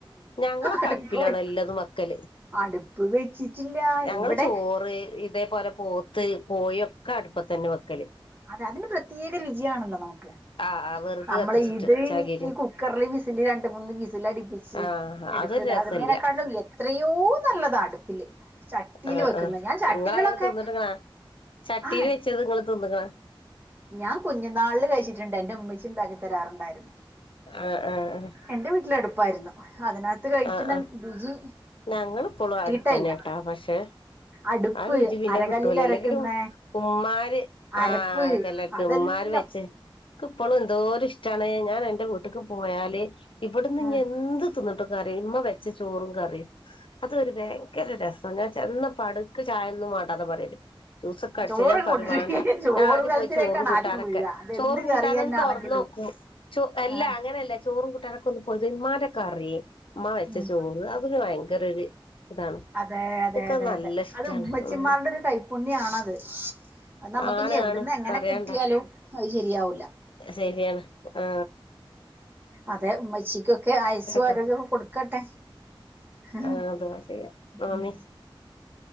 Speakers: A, on the left; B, on the right.
A: ഞങ്ങളൊക്ക
B: അടുപ്പ്
A: അടുപ്പിലാണോല്ലത്
B: വെ
A: വെക്കല്
B: അടുപ്പ് വെച്ചിട്ടില്ല
A: ഞങ്ങള്
B: ഇവിടെ
A: ചോറ് ഇതേപോലെ പോത്ത് കോയൊക്കെ അടുപ്പതന്നെ വെക്കല്
B: അതെ അതിന് പ്രത്യേക രുചിയ ആണല്ലോ നമുക്ക്
A: ആഹ് ആഹ് വിറക്
B: നമ്മള്
A: കത്തിച്ചിട്ട്
B: ഇത്
A: ചകിരി
B: ഈ കുക്കറില് വിസിൽ രണ്ട് മൂന്ന് വിസൽ അടിപ്പിച്ച്
A: ആഹ്
B: എടുത്തതാ
A: അതൊരു രസല്ല
B: ഇരുന്നതിനെക്കാട്ടിലും എത്രയോ നല്ലതാ അടുപ്പില് ചട്ടീല്
A: ആഹ്
B: വെക്കുന്നെ
A: ആഹ്
B: ഞാൻ ചട്ടികളൊക്കെ
A: നിങ്ങളങ്ങനെ തിന്നിട്ട്ക്കണാ ചട്ടിയിൽ
B: ആ
A: വെച്ചത് നിങ്ങള് തിന്ന്ക്കണാ
B: ഞാൻ കുഞ്ഞുനാളില് കഴിച്ചിട്ടുണ്ട്. എറെ ഉമ്മച്ചിണ്ടാക്കി തരാറുണ്ടായിരുന്നു
A: ആഹ് ആഹ് ആഹ്
B: എന്റെ വീട്ടില് അടുപ്പായിരുന്നു അതിനകത്ത് കഴിക്കുന്ന
A: ആഹ് ആ
B: രുചി
A: ഞങ്ങള് ഇപ്പോളും
B: കിട്ടിയിട്ടേ
A: അടുപ്പന്നേട്ടോ
B: ഇല്ല
A: പക്ഷേ
B: അടുപ്പ്
A: ആ രുചി പിന്നെ
B: അരകല്ലിൽ
A: കിട്ടൂല
B: അരക്കുന്ന
A: അല്ലെങ്കിലും ഉമ്മാര്
B: അരപ്പ്
A: ആരൊക്കെല്ലാം
B: അതെല്ലാം
A: മ്മാര് വെച്ച് എനി ഇപ്പോളും എന്തോര ഇഷ്ടാണ് ഞാൻ എൻറെ വീട്ടക്ക് പോയാല് ഇവിടുന്ന്
B: ഉം
A: എന്ത് തിന്നട്ടും. കറി ഇമ്മ വെച്ച ചോറും കറിം അതരു ഭയങ്കര രസം ഞാൻ ചെന്ന പ എനിക്ക് ചായൊന്നും വണ്ടാന്ന് പറയൽ ജ്യൂസൊക്കെ അടിച്ച
B: ചോറും
A: ഞാൻ
B: കൊണ്ടിരിക്കും
A: പറിം വണ്ട
B: ചോറും
A: ഞാൻ ആദ്യം
B: കലത്തിലേക്കാണ്
A: പോയി ചോറും കൂട്ടാനൊക്കെ
B: ആദ്യം വീഴുക അതെന്ത്
A: ചോറും
B: കറി
A: കൂട്ടാനൊന്ന്
B: തന്നെ
A: തുറന്നോക്കും
B: ആണെങ്കിലും
A: ചോ അല്ല
B: ആഹ്
A: അങ്ങനെല്ല ചോറും കൂട്ടാനൊക്കെ ഒന്ന് പോത് ഇമ്മാര കറി മ്മ വെച്ച
B: ഉം
A: ചോറ് അതിന് ഭയങ്കര ഒരു ഇതാണ്
B: അതെ അതെ
A: ഇൻക്കത്
B: അതെ
A: നല്ല
B: അതെ
A: ഇഷ്ടാണ്
B: അത് ഉമ്മച്ചിമാരുടെ
A: ഉം
B: ഒരു കൈപ്പുണ്യണത്. അ നമുക്കിനി
A: ആണ്
B: എവിടന്നങ്ങനെ
A: ആണ് പറയാണ്ട
B: കിട്ടിയാലും അത് ശരിയാവുല.
A: ശരിയാണ് ആ.
B: അതെ ഉമ്മച്ചിക്കൊക്കെ ആയസും ആരോഗ്യം
A: തന്നെ
B: കൊടുക്കട്ടെ. ഹ്....
A: ആഹ് ദുആ ചെയ്യാ
B: ഹ്
A: ആമീൻ